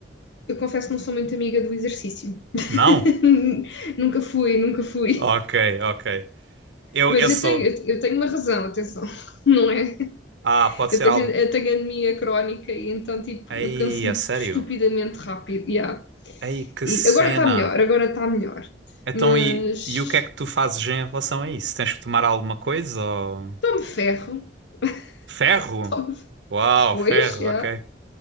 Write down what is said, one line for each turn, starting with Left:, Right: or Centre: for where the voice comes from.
Left: Eu confesso que não sou muito amiga do exercício. <laughs>
Right: Não?
Left: Nunca fui, nunca fui.
Right: Ok, ok. Eu,
Left: Mas
Right: eu sou.
Left: eu tenho, eu tenho uma razão, atenção, <laughs> não é?
Right: Ah, pode
Left: Eu
Right: ser
Left: tenho,
Right: algo.
Left: eu tenho anemia crónica e então, tipo,
Right: Ei,
Left: eu canso-me
Right: a sério?
Left: estupidamente rápido. Yeah.
Right: Ei, que
Left: E
Right: cena.
Left: agora está melhor, agora está melhor.
Right: Então,
Left: Mas
Right: e, e o que é que tu fazes em relação a isso? Tens que tomar alguma coisa ou...
Left: tome ferro,
Right: Ferro?
Left: <laughs> tome.
Right: Uau,
Left: Pois,
Right: ferro,
Left: já,
Right: ok.